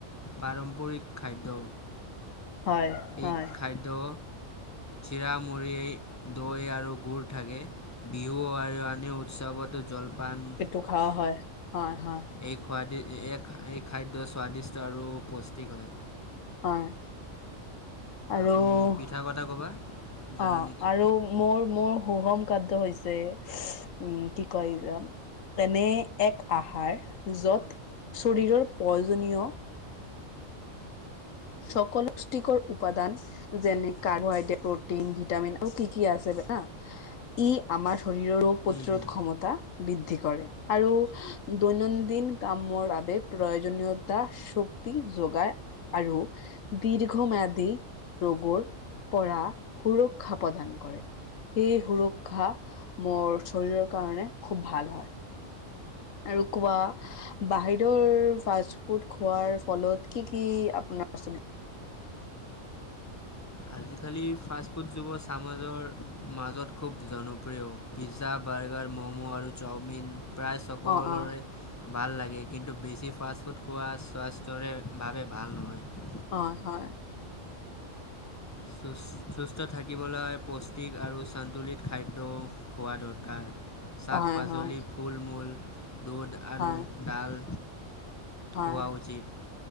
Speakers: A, on the left; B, on the left.
A: পাৰম্পৰিক খাদ্য।
B: হয়, হয়।
A: এই খাদ্য চিৰা, মুৰি, দৈ আৰু গুৰ থাকে, বিহু আৰু আনি উৎসৱটো জলপান
B: পেটু খোৱা হয়। হয়, হয়।
A: এই, খোৱা দে এই, এই, খাদ্য স্বাদিষ্ট আৰু পুষ্টিক হয়।
B: হয়। আৰু
A: আপুনি পিঠা কথা ক'বা? জানা
B: অ
A: নেকি?
B: আৰু মোৰ, মোৰ সুষম খাদ্য হৈছে উম, কি কয়? তেনে এক আহাৰ, য'ত শৰীৰৰ প্ৰয়োজনীয় সকলো পুষ্টিকৰ উপাদান যেনে, কাৰ্বহাইড্ৰেট, প্ৰটিন, ভিটামিন আৰু কি কি আছে জানা। ই আমাৰ শৰীৰৰ ৰোগ-প্ৰতিৰোধ
A: হুম হুম
B: ক্ষমতা বৃদ্ধি কৰে, আৰু দৈনন্দিন কামৰ বাবে প্ৰয়োজনীয়তা শক্তি যোগায়, আৰু দীৰ্ঘম্যাদী ৰোগৰ পৰা সুৰক্ষা প্ৰদান কৰে। এই সুৰক্ষা, মোৰ শৰীৰৰ কাৰণে খুব ভাল হয়। আৰু কোৱা। বাহিৰৰ ফাষ্ট-ফুড খোৱাৰ ফলত, কি কি আপোনাৰ পছন্দ?
A: আজিকালি ফাষ্টফুড, যুৱ চামৰ মাজত খুব জনপ্ৰিয়। পিজ্জা, বাৰ্গাৰ, ম'ম' আৰু চাওমিন প্ৰায় সকলোৰে।
B: অ অ
A: ভাল লাগে, কিন্তু, বেছি ফাষ্ট-ফুড খোৱা স্বাস্থ্যৰে বাবে ভাল নহয়।
B: হয়, হয়।
A: সুচ সুস্থ থাকিবলৈ, পুষ্টিক আৰু সন্তুলিত খাদ্য খোৱা দৰকাৰ। শাক-পাচলি,
B: হয় হয়
A: ফুল-মূল, দুধ আৰু
B: হয় হয়
A: ডাল।
B: হয়,
A: খোৱা উচিত